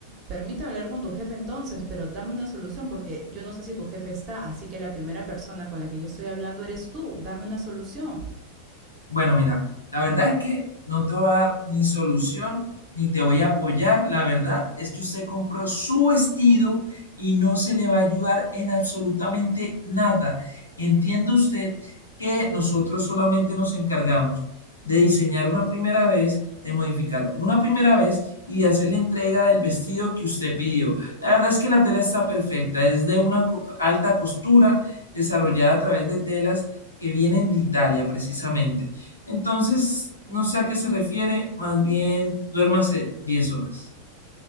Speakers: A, on the right; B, on the left.
A: permítame hablar con tu jefe entonces, pero dame una solución porque yo no sé si tu jefe está, así que la primera persona con la que yo estoy hablando eres tú, dame una solución.
B: Bueno, mira, la verdad es que no te voy a dar ni solución ni te voy a apoyar. La verdad es que usted compró su vestido y no se le va a ayudar en absolutamente nada. Entiende usted que nosotros solamente nos encargamos de diseñar una primera vez, de modificar una primera vez y de hacer la entrega del vestido que usted pidió. La verdad es que la tela está perfecta, es de una co- alta costura desarrollada a través de telas que vienen de Italia precisamente. Entonces, no sé a qué se refiere, más bien duérmase 10 horas.